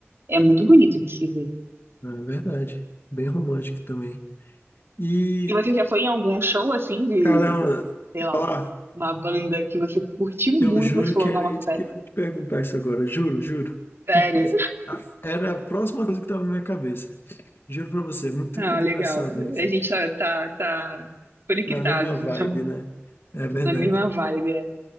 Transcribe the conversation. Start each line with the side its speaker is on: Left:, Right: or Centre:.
Right: é muito bonito de se ver.
Left: Ah, É verdade. Bem romântico também. E,
Right: E você já foi em algum show assim de,
Left: caramba,
Right: sei lá,
Left: falar,
Right: uma banda que você curtiu
Left: eu
Right: muito,
Left: juro
Right: você falou,
Left: que era
Right: nossa,
Left: isso que eu ia te perguntar isso agora. Juro, juro.
Right: sério?
Left: Por coisa...
Right: <laughs>
Left: Ah, Era a próxima coisa que estava na minha cabeça. Juro pra você, muito,
Right: Ah,
Left: muito
Right: legal.
Left: engraçado isso.
Right: A gente tá, tá, tá conectados,
Left: Na mesma vibe,
Right: então,
Left: né? É verdade.
Right: na mesma vibe, é.